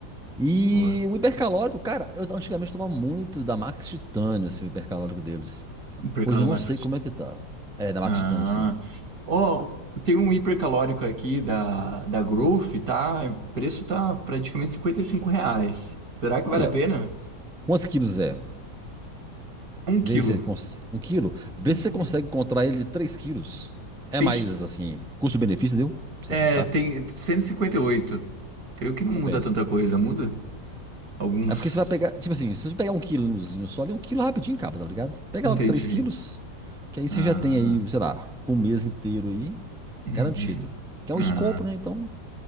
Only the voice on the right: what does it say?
Boa.
Não perca
ela
mais,
Ah.
Ó, tem um hipercalórico aqui da, da Growth, tá? O preço tá praticamente 55 reais. Será que
vale a pena?
Um quilo.
Um
quilo.
Tem,
é,
tem cento e e cinquenta e oito. Creio que não
muda tanta coisa, muda? Alguns.
Entendi.
Ah.
Uhum.
Ah.